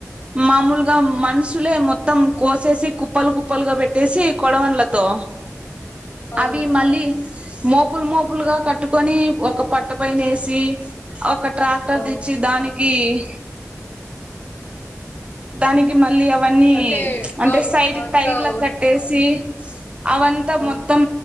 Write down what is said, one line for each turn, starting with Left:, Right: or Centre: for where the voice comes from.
Right: మామూలుగా మనుషులే మొత్తం కోసేసి కుప్పలు కుప్పలుగా పెట్టేసి కొడవలతో
Left: అవును
Right: అవి మళ్ళీ మోపులు మోపులుగా కట్టుకొని ఒక పట్ట పైన ఏసి ఆ ఒకట్ ట్రాక్టర్
Left: ఆ
Right: తెచ్చి దానికి ఈ దానికి మళ్ళీ అప్ అవన్నీ
Left: అంటే
Right: అంటే
Left: ఆ
Right: సైడ్
Left: అంతా
Right: టైర్ల
Left: ఓట్
Right: కట్టేసి అవంతా
Left: ఆ
Right: మొత్తం